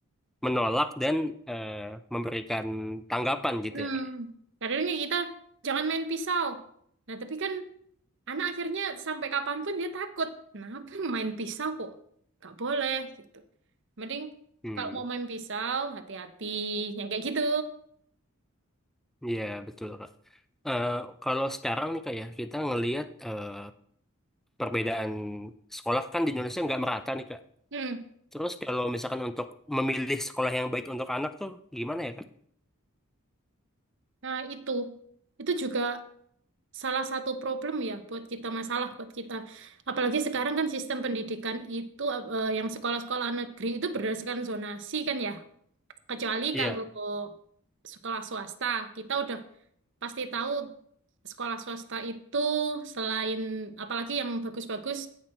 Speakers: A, in the centre; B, on the right (about 55°).
A: menolak dan eh, memberikan tanggapan gitu
B: Mm.
A: ya kak. ya.
B: Kadangnya kita jangan main pisau. Nah, tapi kan anak akhirnya sampai kapanpun dia takut. Kenapa main pisau kok? Nggak boleh gitu. Mending
A: Hmm,
B: kalau mau main pisau hati-hati yang kayak gitu.
A: ya betul kak. Eh, kalau sekarang nih kak ya kita ngelihat eh, perbedaan sekolah kan di Indonesia nggak merata nih kak.
B: Mm.
A: Terus kalau misalkan untuk memilih sekolah yang baik untuk anak tuh gimana ya, Kak?
B: Nah, itu. Itu juga salah satu problem ya buat kita masalah buat kita apalagi sekarang kan sistem pendidikan itu eh, eh, yang sekolah-sekolah negeri itu berdasarkan zonasi kan ya kecuali
A: Iya,
B: kalau sekolah swasta kita udah pasti tahu sekolah swasta itu selain apalagi yang bagus-bagus